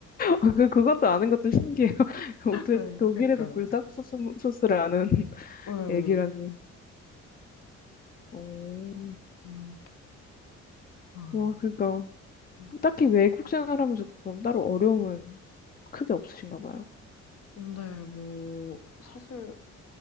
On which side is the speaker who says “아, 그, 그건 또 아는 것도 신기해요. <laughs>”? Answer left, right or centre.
Left